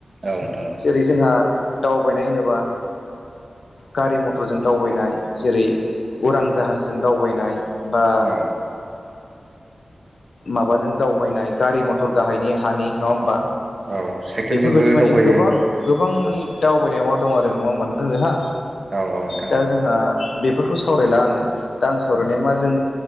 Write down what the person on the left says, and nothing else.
जेरै जोंहा दावबायनाय होनो बा गारि मथरजों दावबायनाय जेरै उरां जाहाजजों दावबायनाय बा
माबाजों दावबायनाय गारि मथर गाहायनि हानि नङा होमबा
बेफोरबायदि
माने
गोबां गोबां मानि दावबायनायाव दं आरो नङा होमबा नोंथां जोंहा
दा
जोंहा बेफोरखौ सावरायला आङो दा आं सावरायनाया मा जों